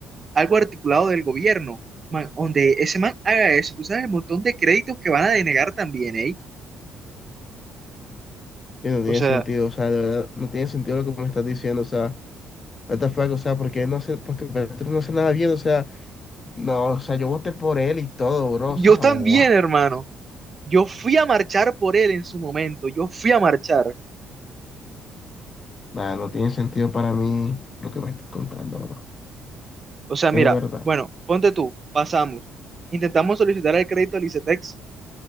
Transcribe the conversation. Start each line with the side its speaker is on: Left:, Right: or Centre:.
Right: algo articulado del gobierno, man, donde ese man haga eso. Tú sabes el montón de créditos que van a denegar también, ¿eh?
Left: y no tiene
Right: O sea,
Left: sentido, o sea, de verdad, no tiene sentido lo que me estás diciendo, o sea, what the fuck, o sea, porque no hace, porque Petro no hace nada bien, o sea, no, o sea, yo voté por él y todo, bro,
Right: yo
Left: o sea,
Right: también,
Left: guau.
Right: hermano. Yo fui a marchar por él en su momento. Yo fui a marchar.
Left: Nada, no tiene sentido para mí lo que me estás contando, bro.
Right: O sea, mira,
Left: Es verdad.
Right: bueno, ponte tú, pasamos. Intentamos solicitar el crédito al ICETEX